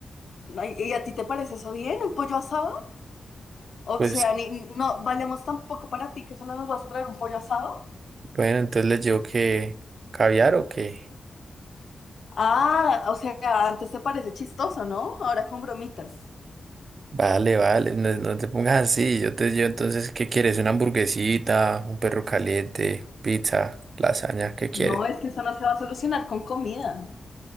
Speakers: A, on the left; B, on the right.
A: Ay, ¿Y y a ti te parece eso bien, un pollo asado? O
B: Pues
A: sea, ni, no valemos tampoco para ti que solo nos vas a traer un pollo asado.
B: bueno, entonces les llevo que caviar o qué.
A: Ah, o sea, antes te parece chistoso, ¿no? Ahora con bromitas.
B: Vale, vale, no, no te pongas así. Yo te yo entonces, ¿qué quieres? ¿Una hamburguesita, un perro caliente, pizza, lasaña? ¿Qué quieres?
A: No, es que eso no se va a solucionar con comida.